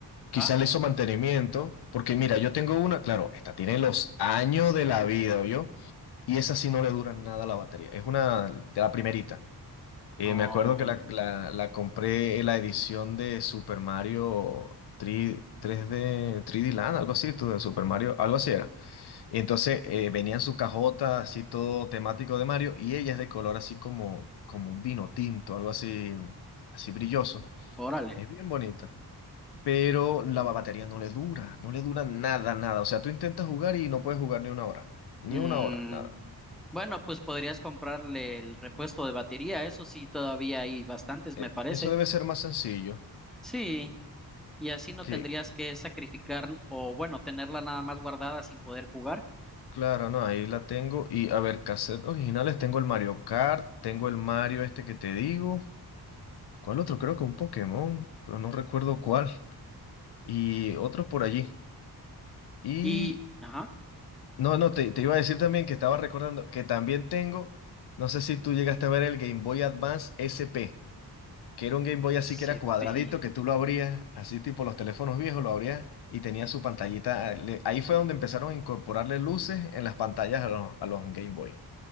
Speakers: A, on the left; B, in the centre.
A: quizás
B: ¿Ah?
A: le hizo mantenimiento, porque mira, yo tengo una, claro, esta tiene los años de la vida, yo Y esa sí no le dura nada la batería. Es una de la primerita. Eh,
B: Oh,
A: me acuerdo que la, la, la compré en la edición de Super Mario 3, 3D, 3D Land, algo así, tú, de Super Mario, algo así era. Y entonces eh, venía en su cajota así todo temático de Mario y ella es de color así como, como un vino tinto, algo así, así brilloso.
B: órale.
A: Es bien bonita, pero la ba- batería no le dura, no le dura nada, nada. O sea, tú intentas jugar y no puedes jugar ni una hora, ni
B: Mm,
A: una hora, nada.
B: bueno, pues podrías comprarle el repuesto de batería. Eso sí, todavía hay bastantes,
A: Eh,
B: me parece.
A: eso debe ser más sencillo
B: Sí, y así no
A: que,
B: tendrías que sacrificar o, bueno, tenerla nada más guardada sin poder jugar.
A: claro, no, ahí la tengo. Y a ver, cassette originales, tengo el Mario Kart, tengo el Mario este que te digo. ¿Cuál otro? Creo que un Pokémon, pero no recuerdo cuál. Y otros por allí. Y
B: Y, ajá,
A: no, no, te, te iba a decir también que estaba recordando que también tengo, no sé si tú llegaste a ver el Game Boy Advance SP, que era un Game Boy así
B: SP.
A: que era cuadradito, que tú lo abrías, así tipo los teléfonos viejos, lo abrías y tenía su pantallita. eh, le- Ahí fue donde empezaron a incorporarle luces en las pantallas a los, a los Game Boy.